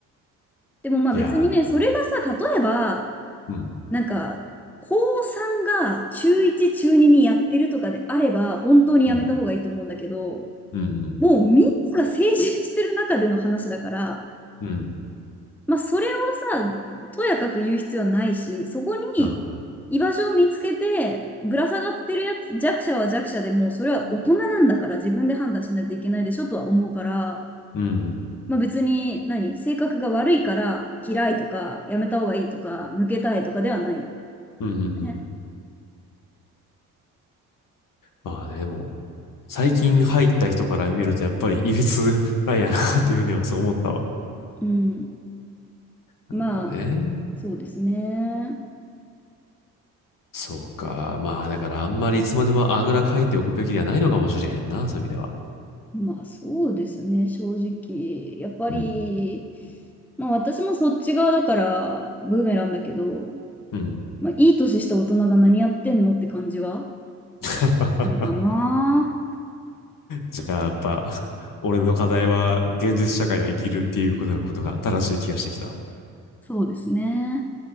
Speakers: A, in the centre; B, on the left (about 45°).
A: でもまあ別にね、
B: いやー、
A: それがさ、例えば、
B: うん。
A: なんか、高3が中1、中2にやってるとかであれば、本当にやめた方がいいと思うんだけど、
B: うん。うん。
A: もうみんなが成人してる中での話だから、
B: うん。
A: まあ、それをさ、とやかく言う必要はないし、そこに
B: あ、
A: 居場所を見つけて、ぶら下がってるやつ、弱者は弱者でもう、それは大人なんだから自分で判断しないといけないでしょとは思うから、
B: うん。
A: まあ別に何、性格が悪いから嫌いとか、やめた方がいいとか、抜けたいとかではない、
B: うん。うん。
A: ね。
B: まあね、もう、最近入った人から見ると、やっぱり、いびつなんやな、っていうふうにはそう思ったわ。
A: うん。
B: なるほどね。
A: まあ、そうですね。
B: そうか。まあ、だからあんまりいつまでもあぐらかいておくべきではないのかもしれへんな、そういう意味では。
A: まあそうですね、正直。やっぱり、
B: うん。
A: まあ私もそっち側だから、ブーメランだけど、
B: うん。
A: まあ、いい年した大人が何やってんのって感じは
B: <laughs>
A: するかな。
B: じゃあ、やっぱ、俺の課題は現実社会を生きるっていうことが正しい気がしてきた。
A: そうですね。